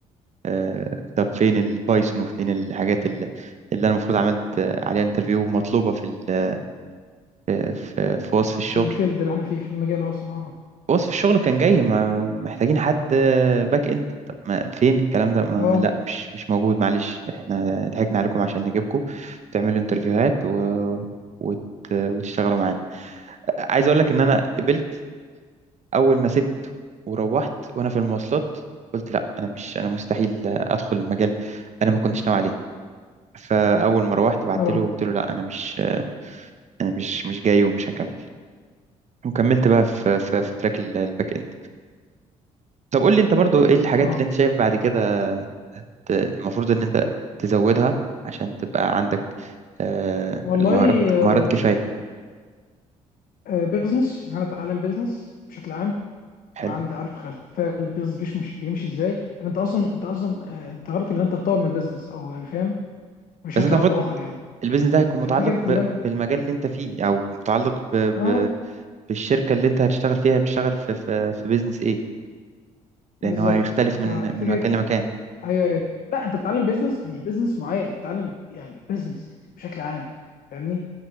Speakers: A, on the right; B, on the left.
A: آه، طب فين البايثون وفين الحاجات اللي, اللي انا المفروض عملت آه، عليها انترفيو ومطلوبه في ال- آه، في في وصف الشغل
B: في الفيلد اللي احنا فيه في المجال أصلا اه
A: وصف الشغل كان جاي ما محتاجين حد آه، باك اند طب ما فين الكلام ده ما
B: اه
A: لا مش مش موجود معلش احنا ضحكنا عليكم عشان نجيبكم تعملوا انترفيوهات و... وت... وتشتغلوا معانا عايز اقول لك ان انا قبلت اول ما سبت وروحت وانا في المواصلات قلت لا انا مش انا مستحيل ادخل المجال انا ما كنتش ناوي عليه فاول ما روحت بعت
B: اه
A: له قلت له لا انا مش انا مش مش جاي ومش هكمل وكملت بقى في في, في تراك ال- الباك اند طب قول لي انت برضو ايه الحاجات
B: اه
A: اللي انت شايف بعد كده ت- المفروض ان انت تزودها عشان تبقى عندك آه،
B: والله
A: المهارات
B: آه،
A: مهارات كفاية
B: آه، بيزنس اللي أنا أتعلم بيزنس بشكل عام
A: حلو
B: أبقى عندي عارف خلفية البيزنس بيش- بيمشي إزاي لأن أنت أصلا أنت أصلا آه، أنت غرضك إن أنت تطور من البيزنس أو يعني فاهم بشكل
A: بس انت المفروض
B: أو بآخر يعني
A: البيزنس ده هيكون متعلق
B: ففكرة
A: ب-
B: اللي أنا
A: بالمجال اللي انت فيه او متعلق ب-
B: اه
A: ب- بالشركة اللي انت هتشتغل فيها بتشتغل في في, في بيزنس ايه
B: بالظبط
A: لان هو هيختلف
B: ففكرة
A: من من مكان لمكان
B: ايوه ايوه لا انت بتتعلم بيزنس مش بيزنس معين بتتعلم يعني بيزنس بشكل عام فاهمني